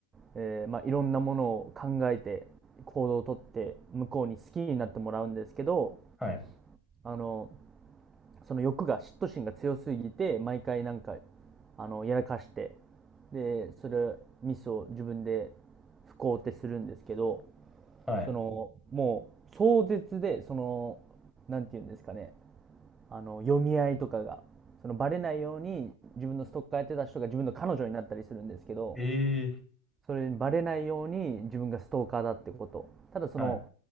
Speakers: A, on the right; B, in the centre.
A: えーまあ、いろんなものを考えて、行動をとって、向こうに好きになってもらうんですけど、
B: はい。
A: あの、その欲が、嫉妬心が強すぎて、毎回なんか、あの、やらかして、で、それ、ミスを自分で不幸ってするんですけど、
B: はい。
A: その、もう、壮絶で、その、なんて言うんですかね、あの、読み合いとかが、その、バレないように、自分のストーカーやってた人が自分の彼女になったりするんですけど、
B: ええ
A: それにバレないように自分がストーカーだってこと。ただその、
B: はい。